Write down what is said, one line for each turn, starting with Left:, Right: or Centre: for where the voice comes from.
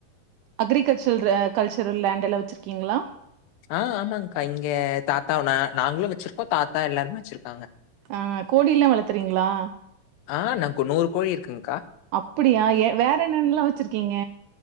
Right: அக்ரிகல்ச்சர் ரே கல்ச்சரு லேண்ட் எல்லா வெச்சிருக்கீங்ளா
Left: ஆ ஆமாங்க்கா இங்க தாத்தா நா நாங்களு வெச்சிருக்கோ தாத்தா எல்லாருமே வெச்சிருக்காங்க
Right: ஆ கோழில்லா வளத்துறீங்ளா
Left: ஆ நம்க்கு நூறு கோழி இருக்குங்க்கா
Right: அப்புடியா எ வேற என்னென்ல்லா வெச்சிருக்கீங்க